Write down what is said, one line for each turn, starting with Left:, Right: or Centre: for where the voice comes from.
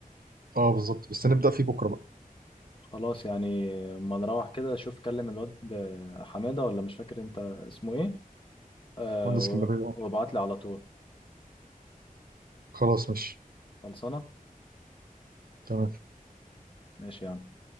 Right: اه بالظبط بس نبدأ فيه بكره بقى
Left: خلاص يعني آه، ما نروح كده شوف كلم الواد آه، حمادة ولا مش فاكر انت اسمه ايه آه،
Right: مهندس
Left: و-
Right: اسكندريه اه
Left: وابعت لي على طول
Right: خلاص ماشي
Left: خلصانة
Right: تمام
Left: ماشي يعني